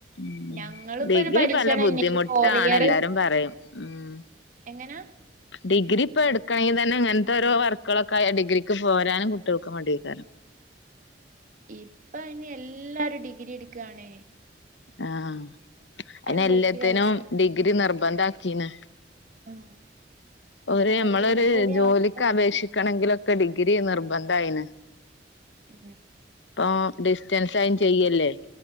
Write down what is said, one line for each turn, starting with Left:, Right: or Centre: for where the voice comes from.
Left: ഉം
Right: നങ്ങള്പ്പോര്
Left: ഡിഗ്രി
Right: പരീക്ഷണന്നേനി
Left: പല ബുദ്ധിമുട്ടാണ്
Right: ഫോറിയർ
Left: എല്ലാരും പറയും ഉം
Right: എങ്ങനാ
Left: ഡിഗ്രി പ്പൊ എട്ക്കണെങ്കി തന്നെ ഇങ്ങൻത്തൊരോ വർക്കുകളൊക്കായ ഡിഗ്രിക്ക് പോരാനും കുട്ട്യൾക്ക് മട്യേകാരം.
Right: ഇപ്പയ്ന് എല്ലാരും ഡിഗ്രിട്ക്കാണ്.
Left: ആഹ് അയിന്
Right: പ്ലസ്
Left: എല്ലത്തിനും
Right: ടു കഴിഞ്ഞ
Left: ഡിഗ്രി നിർബന്ധാക്കീണ്.
Right: ആഹ് ഇപ്പൊ
Left: ഒര്
Right: ഫോർ
Left: അമ്മളൊര്
Right: ഇയറും കൂടി
Left: ജോലിക്ക്
Right: ആയപ്പോ
Left: അപേക്ഷിക്കണെങ്കിലൊക്കെ ഡിഗ്രി നിർബന്ധയിണ്.
Right: ഉം
Left: പ്പൊ ഡിസ്റ്റൻസായും ചെയ്യല്ലേ